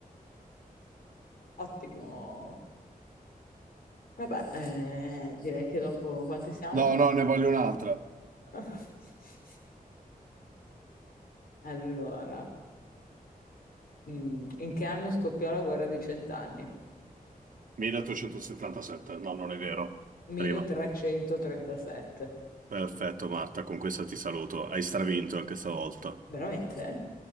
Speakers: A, on the left; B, on the right.
A: Ottimo. Vabbè, eh, direi che dopo quante siamo?
B: No, no, ne voglio un'altra.
A: <laughs> Allora, mm, in che anno scoppiò la guerra dei cent'anni?
B: 1877. No, non è vero.
A: 1337.
B: Prima. Perfetto, Marta, con questa ti saluto. Hai stravinto anche stavolta.
A: Veramente? eh?